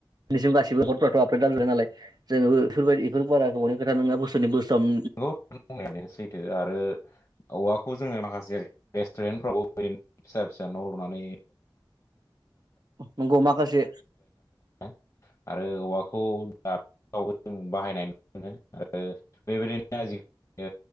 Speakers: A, on the right (about 50°); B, on the left (about 30°).
A: दिनसिम गसिबो बरफ्राथ आपदेट जाजोबबाय नालाय जोंबो बेफोरबायदि बेफोर बारा गोबावनि खोथा नङा बोसोरनि बोसोराम
B: नंगौ बुंनायानो सैथो आरो औवाखौ जोङो माखासे रेस्टुरेन्टफ्रावबो ओरैनो फिसा फिसा न' लुनानै
A: नंगौ माखासे
B: <unintelligible> <unintelligible> आरो औवाखौ <unintelligible> जों बाहायनाय नुनो मोनो आरो बेबायदिनो <unintelligible> ओ